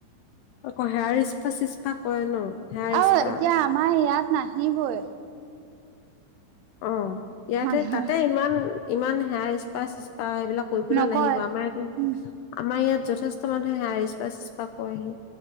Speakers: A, on the left; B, on the right.
A: আকৌ হেয়াৰ ইচ্পা চিচপা কৰে ন হেয়াৰ
B: অ
A: স্পা
B: এতিয়া আমাৰ ইয়াত নাহিবই
A: অ ইয়াতে
B: মানুহে
A: তাতে ইমান ইমান হেয়াৰ স্পা ত সেবিলাক কৰিবলৈ
B: নকয়
A: নাহিব আমাৰ ইয়াতে
B: উম
A: আমাৰ ইয়াত যথেষ্ট মানুহে আহে আহি হেয়াৰ ইস্পা চিছপা কৰে আহি